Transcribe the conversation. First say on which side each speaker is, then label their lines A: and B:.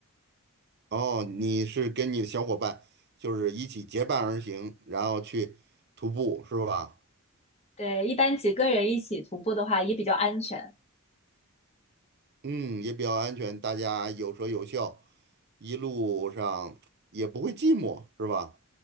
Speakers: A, on the right; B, on the left.
A: 哦，你是跟你的小伙伴就是一起结伴而行，然后去徒步是吧？
B: 对，一般几个人一起徒步的话也比较安全。
A: 嗯，也比较安全，大家有说有笑，一路上也不会寂寞是吧？